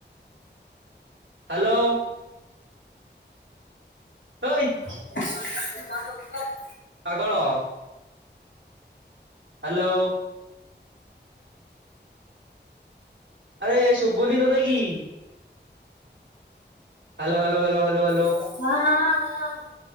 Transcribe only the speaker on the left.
<inaudible>
ହଁ- ହଁ।